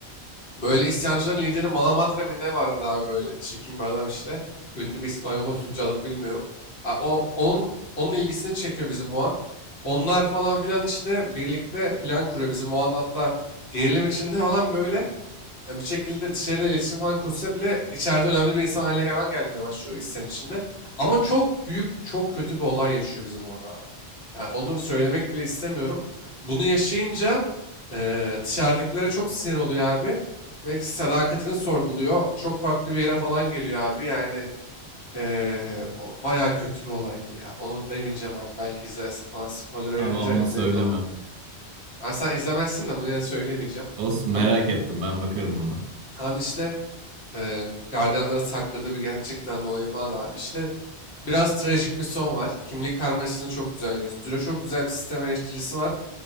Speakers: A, on the left; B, on the right.
A: Böyle isyancıların lideri Malamadre mi ne vardı abi böyle çirkin bir adam işte. Ünlü bir İspanyol oyuncu adını bilmiyorum. Ha, O, onun, onun ilgisini çekiyor bizim Juan. Onlar falan filan işte birlikte plan kuruyor. Bizim Juan hatta gerilim içinde falan böyle e, bir şekilde dışarıyla iletişim falan kursa bile içeride önemli bir insan haline falan gelmeye başlıyor istenin içinde. Ama çok büyük, çok kötü bir olay yaşıyor bizim Juan abi. Yani onu söylemek bile istemiyorum. Bunu yaşayınca eee, dışarıdakilere çok sinir oluyor abi. Ve sadakatini sorguluyor. Çok farklı bir yere falan geliyor abi. Yani eee o bayağı kötü bir olaydı ya. Onu demeyeceğim abi. Belki izlerse falan spoiler verince
B: Abi aman
A: zevk
B: söyleme.
A: alınır. Yani sen izlemezsin de bunu yine söylemeyeceğim.
B: Olsun
A: Ama
B: merak ettim ben bakarım buna.
A: abi işte eee gardiyanlara sakladığı bir gerçekten dolayı falan abi. İşte biraz trajik bir son var. Kimlik karmaşasını çok güzel gösteriyor. Çok güzel bir sistem eleştirisi var.